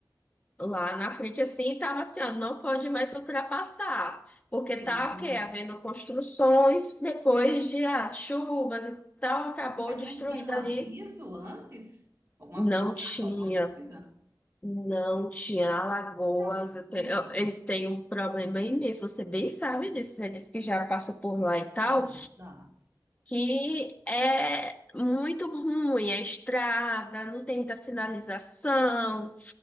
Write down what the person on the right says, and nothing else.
Sim.
Mas
não tinha um aviso
antes? Alguma
placa,
alguma coisa?
Que absurdo.
Não, não.